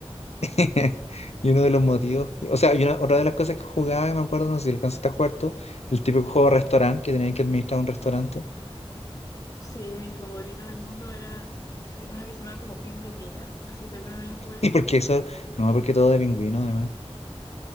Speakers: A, on the left; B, on the left.
A: <laughs> y uno de los motivos, que- o sea, y una- otra de las cosas que jugaba, me acuerdo, no sé si alcanzaste a jugar tú, el típico juego de restaurante que tenían que administrar un restaurante. <laughs>
B: Sí, mi favorito en el mundo era que uno que se llamaba como Penguin Dinner. No sé si alguna vez lo jugaste.
A: Y porque eso, no, porque todo de pingüino, además.